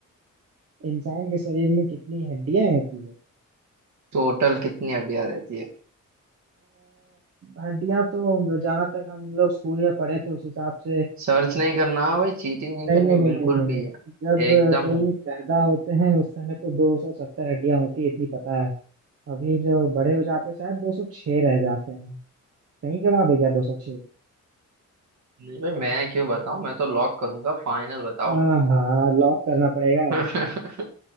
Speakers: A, on the right (about 50°); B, on the right (about 65°).
A: इंसान के शरीर में कितनी हड्डियां होती है
B: टोटल कितनी हड्डियां रहती है
A: हड्डियां तो जहां तक हम लोग स्कूल में पढ़े थे उस हिसाब से
B: सर्च नहीं करना भाई चीटिंग नहीं
A: नहीं
B: करनी
A: नहीं नहीं
B: बिल्कुल
A: नहीं नहीं नहीं
B: भी है
A: जब
B: एकदम
A: अ, कोई पैदा होते हैं उस समय तो दो सौ सत्तर हड्डियां होती है इतनी पता है अभी जो बड़े हो जाते हैं शायद दो सौ छह रह जाते हैं सही जवाब है क्या दो सौ छह
B: नहीं भाई मैं क्यों बताऊं मैं तो लॉक करूंगा फाइनल बताओ
A: हाँ हाँ लॉक करना पड़ेगा
B: <laughs>